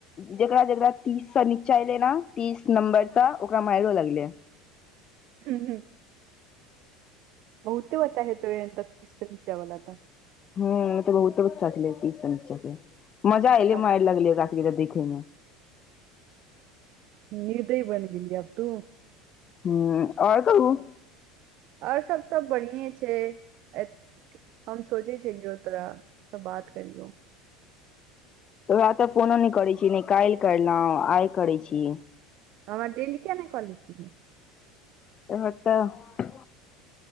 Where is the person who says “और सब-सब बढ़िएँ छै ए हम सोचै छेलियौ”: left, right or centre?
Right